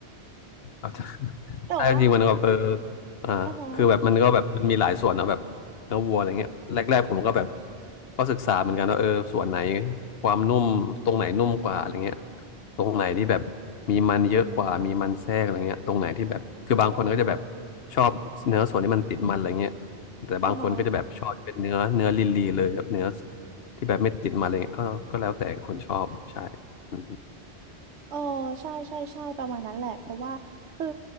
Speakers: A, on the left (about 65°); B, on the right (about 80°).
A: อาจจะ
B: แต่ว่า
A: ใช่จริงๆมันก็แบบเอออ่าคือแบบมันก็แบบมันมีหลายส่วนเนอะแบบเนื้อวัวอะไรเงี้ยแรกๆผมก็แบบ
B: อ่าฮะ
A: ก็ศึกษาเหมือนกันว่าเออส่วนไหนความนุ่มตรงไหนนุ่มกว่าอะไรเงี้ยตรงไหนที่แบบมีมันเยอะกว่ามีมันแทรกอะไรเงี้ยตรงไหนที่แบบคือบางคนก็จะแบบชอบเนื้อส่วนที่มันติดมันอะไรเงี้ยแต่บางคนก็จะแบบชอบเป็นเนื้อเนื้อลีลีเลยแบบเนื้อ
B: อ่าฮะ
A: ที่แบบไม่ติดมันอะไรเงี้ยก็ก็แล้วแต่คนชอบใช่อืม
B: เออใช่ใช่ใช่ประมาณนั้นแหละเพราะว่าคือ